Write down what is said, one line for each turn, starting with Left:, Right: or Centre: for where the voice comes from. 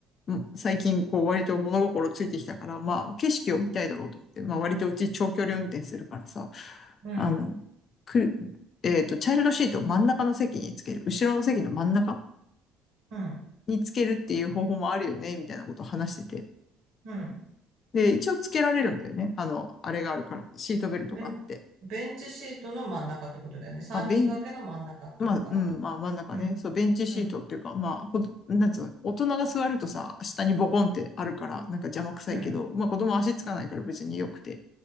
Left: うん最近こう割と物心ついてきたから、まあ景色を見たいだろうと思って、まあ割とうち長距離運転するからさ、
Right: うん。
Left: あの、くる、えっと、チャイルドシートを真ん中の席につける。後ろの席の真ん中
Right: うん。
Left: につけるっていう方法もあるよね、みたいなことを話してて。
Right: うん。
Left: で、一応つけられるんだよね。あの、あれがあるから、シートベルトがあって。
Right: ベン、ベンチシートの真ん中ってことだよね。三人掛けの真ん中っていうのかな
Left: まあ、ベン、まあ、うん、まあ真ん中ね、
Right: うん、
Left: そう、ベンチシートっていうか、
Right: うん、
Left: まあ、こなんつうの、大人が座るとさ、下にボコンってあるから、なんか邪魔くさいけど、
Right: うん、うん、
Left: まあ子供足つかないから別に良くて、っ